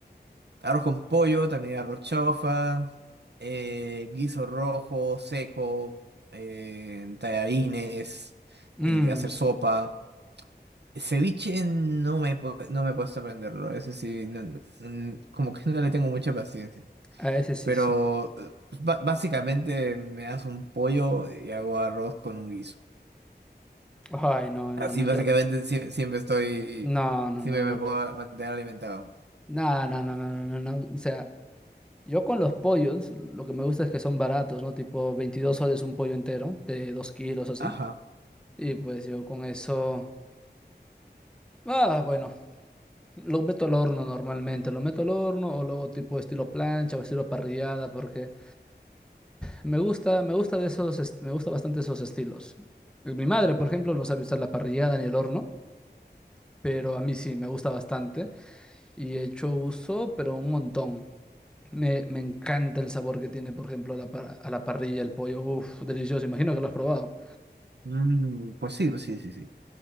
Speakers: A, on the right; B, in the centre.
A: Arroz con pollo, también arroz chaufa, eh, guiso rojo, seco, eh, tallarines,
B: Mm,
A: eh, hacer sopa. Ceviche no me, he pu- no me he puesto a aprenderlo, ese sí, no- no- mm, como que no le tengo mucha paciencia.
B: a ese sí,
A: Pero
B: sí. soy.
A: eh, pues, ba- básicamente me hago un pollo y hago arroz con un guiso.
B: Ay, no, no,
A: Así
B: no,
A: básicamente
B: yo.
A: sie- siempre estoy,
B: No, no,
A: siempre
B: no, no,
A: me puedo
B: no.
A: mantener alimentado.
B: No, no, no, no, no, no. no. O sea, yo con los pollos, lo que me gusta es que son baratos, ¿no? Tipo 22 soles un pollo entero, de 2 kilos así.
A: Ajá.
B: Y pues yo con eso. Ah, bueno. Lo meto al horno normalmente, lo meto al horno o luego tipo estilo plancha o estilo parrillada, porque me gusta, me gusta de esos, est- me gusta bastante esos estilos. Mi madre, por ejemplo, no sabe usar la parrillada ni el horno, pero a mí sí, me gusta bastante y he hecho uso, pero un montón. Me, me encanta el sabor que tiene, por ejemplo, a la, par- a la parrilla, el pollo, uff, delicioso, imagino que lo has probado.
A: Mm, pues sí, pues sí, sí, sí.